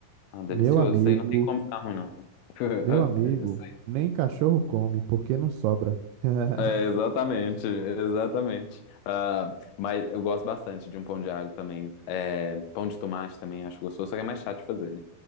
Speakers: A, on the left (about 80°); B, on the right (about 80°).
A: Ah, delicioso.
B: Meu amigo,
A: Isso aí não tem como ficar ruim, não. <laughs>
B: meu amigo,
A: É isso aí.
B: nem cachorro come, porque não sobra. <laughs>
A: É, exatamente, exatamente. Ah, mas eu gosto bastante de um pão de alho também. É, pão de tomate também acho gostoso, só que é mais chato de fazer, né?